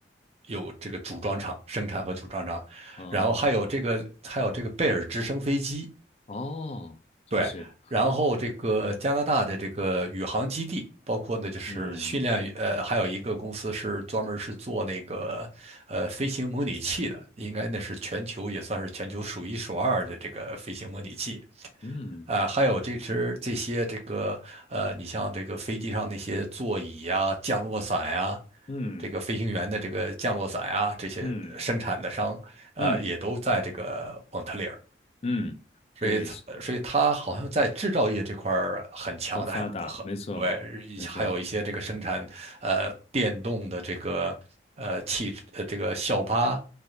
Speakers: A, on the right (about 35°); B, on the left (about 35°).
A: 有这个组装厂生产和组装厂，
B: 嗯，
A: 然后还有这个还有这个贝尔直升飞机。
B: 哦，真是，
A: 对，然后这个加拿大的这个宇航基地，包括呢就是训练，
B: 嗯
A: 呃，还有一个公司是专门是做那个呃飞行模拟器的，应该那是全球也算是全球数一数二的这个飞行模拟器。
B: 嗯
A: 啊、还有这只这些这个呃，你像这个飞机上那些座椅呀、降落伞呀、
B: 嗯
A: 这个飞行员的这个降落伞呀、这些呃生产的商，
B: 嗯
A: 呃，
B: 嗯
A: 也都在这个蒙特利尔。
B: 嗯，
A: 所以它所以它好像在制造业这块儿很强的，
B: 对，很发达，
A: 还很对，
B: 没错没错，
A: 一还有一些这个生产呃电动的这个呃汽呃这个校巴，